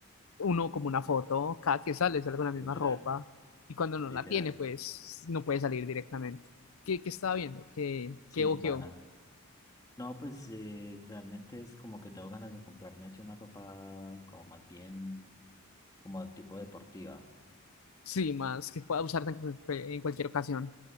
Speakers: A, on the left (about 80°); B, on the left (about 15°).
A: uno como una foto. Cada que sale, sale con la misma
B: literal,
A: ropa y cuando no
B: literal.
A: la tiene, pues no puede salir directamente. ¿Qué, qué estaba viendo? ¿Qué,
B: Sí,
A: qué ojeó?
B: pana. No, pues eh, realmente es como que tengo ganas de comprarme así una ropa como más bien como tipo deportiva.
A: Sí, más que pueda usarse en, cu- en cualquier ocasión.